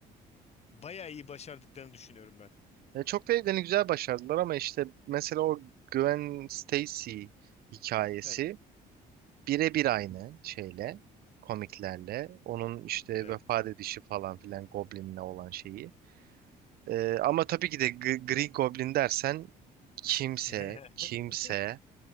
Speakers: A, on the left (about 40°); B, on the right (about 65°).
A: bayağı iyi başardıklarını düşünüyorum ben.
B: Ve çok da evlerini güzel başardılar ama işte mesela o Gwen Stacy hikayesi
A: Evet.
B: birebir aynı şeyle komiklerle. Onun işte
A: evet.
B: vefat edişi falan filan Goblin'le olan şeyi. Ee, ama tabii ki de G- Green Goblin dersen kimse,
A: <laughs>
B: kimse